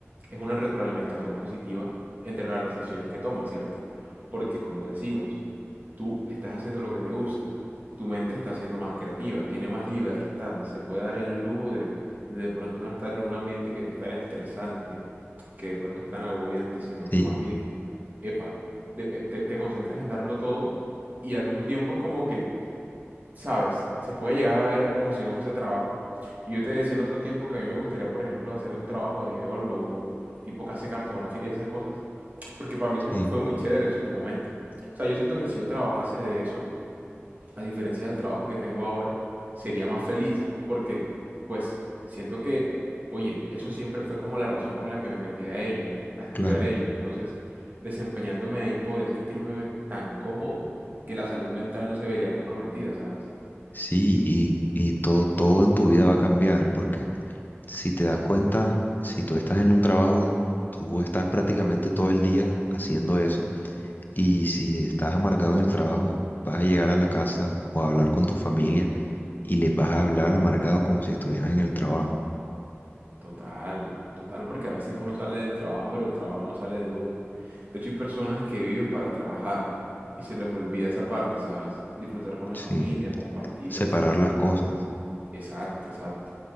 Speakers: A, on the right (about 40°); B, on the left (about 40°).
A: es una retroalimentación positiva entre las decisiones que tomas, ¿cierto? Porque como decimos, tú estás haciendo lo que te gusta, tu mente está siendo más creativa, tiene más libertad, se puede dar el lujo de de, de pronto no estar en un ambiente que es tan estresante, que de pronto es tan agobiante, sino que
B: Sí,
A: más bien, epa, de- eh, te, te concentras en darlo todo y al mismo tiempo es como que sabes, se puede llegar a ver como si no fuese trabajo. Y yo te decía en otro tiempo que a mí me gustaría, por ejemplo, hacer un trabajo de geólogo, tipo que hace cartografía y esas cosas, porque para mí
B: sí,
A: eso fue muy chévere en su momento. O sea, yo siento que si yo trabajase de eso, a diferencia del trabajo que tengo ahora, sería más feliz, porque pues siento que, oye, eso siempre fue como la razón por la que me metí a ello, a estudiar
B: claro.
A: ello. Entonces, desempeñándome ahí podría sentirme tan cómodo que la salud mental no se vería comprometida, ¿sabes?
B: Sí, y, y todo, todo en tu vida va a cambiar, porque si te das cuenta, si tú estás en un trabajo, tú estás prácticamente todo el día haciendo eso, y si estás amargado en el trabajo, vas a llegar a la casa o a hablar con tu familia y les vas a hablar amargado como si estuvieras en el trabajo.
A: Total, total, porque a veces uno sale del trabajo, pero el trabajo no sale de uno. De hecho, hay personas que viven para trabajar y se les olvida esa parte, ¿sabes? Disfrutar con la
B: Sí,
A: familia, compartir
B: separar
A: y así.
B: las cosas.
A: Exacto, exacto.